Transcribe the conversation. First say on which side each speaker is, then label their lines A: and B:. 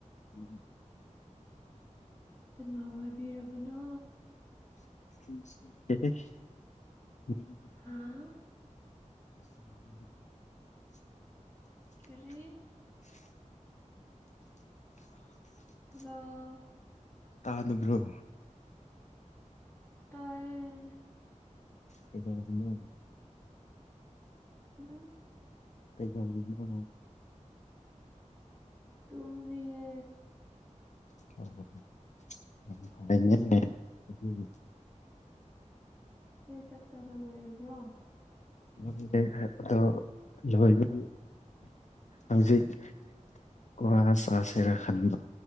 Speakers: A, on the left; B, on the left.
A: <inaudible>
B: ꯀꯥꯟꯅ ꯑꯣꯏꯕꯤꯔꯕꯅꯣ
A: <unintelligible>
B: ꯍꯥꯥ
A: <unintelligible>
B: ꯀ꯭ꯔꯤ
A: <unintelligible>
B: ꯍꯜꯂꯣ
A: ꯇꯥꯗꯥꯕ꯭ꯔꯣ
B: ꯇꯥꯏꯌꯦ
A: ꯀꯩꯗꯧꯔꯤꯅꯣ
B: ꯎꯝ
A: ꯀꯩꯗꯧꯔꯤꯅꯣ
B: ꯇꯨꯝꯔꯤꯌꯦ
A: <unintelligible>
B: ꯅꯣꯏ ꯆꯥꯛ ꯆꯥꯕ ꯂꯣꯏꯔꯕ꯭ꯔꯣ
A: ꯉꯝꯗꯦ ꯍꯥꯏꯕꯗꯣ ꯂꯣꯏꯕꯒꯤ
B: <inaudible>
A: ꯍꯧꯖꯤꯛ ꯀ꯭ꯋꯥ ꯆꯥꯁꯤꯔ ꯈꯟꯕ